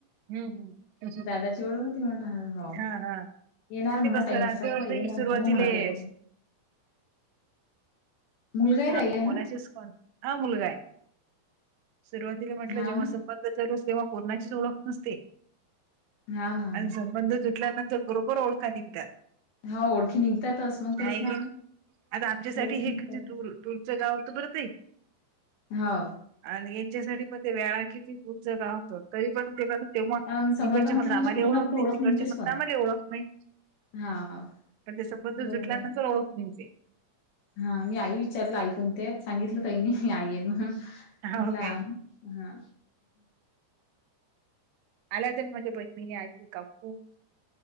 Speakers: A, on the right (about 85°); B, on the left (about 65°).
A: हम्म हम्म
B: दादाची ओळख होती म्हटलं हो.
A: हा हा.
B: येणार म्हणा
A: ते कसं
B: टाइम
A: राहते,
B: असला तर येणार
A: सुरुवातीलेस.
B: हो म्हणत यायचं मुलगा ही राहिला
A: हा
B: आहे
A: कोणाशीच
B: ना
A: कोण हा, मुलगा आहे सुरुवातीला म्हटलं
B: हा
A: जेव्हा.
B: ना.
A: संबंध नसतात कोणाचीच ओळख नसते,
B: हा ना हा
A: आणि
B: ना,
A: संबंध. सुटल्यानंतर बरोबर ओळखा निघतात.
B: हो ओळखी निघतातच मग तेच
A: आहे गे ना, आता आमच्यासाठी
B: ओळखी
A: हे
B: निघतातच
A: किती दूर. तुमचं गाव होतं, बर ते.
B: हो.
A: आणि यांच्यासाठी पण वेळा किती खूप गाव होत तरी पण ते, तेव्हा मग
B: अ संबंध
A: इकडचे
B: म्हटलं
A: मग
B: म्हणजे
A: आम्हाला
B: कुठे ना
A: ओळख
B: कुठे
A: नाही, तिकडचे
B: निघतेच
A: मग
B: पण
A: आम्हाला ओळख नाही.
B: हा हा
A: पण ते संबंध
B: बरोबर
A: सुटल्यानंतर ओळख <unintelligible>
B: हा मी आई विचारलं आई कोणते आहेत, सांगितलं ताईनी आई आहेत म्हणून. म्हंटल
A: हो काय
B: आणं हा.
A: आल्या का माझे <unintelligible> बहिणी, आई, काकू.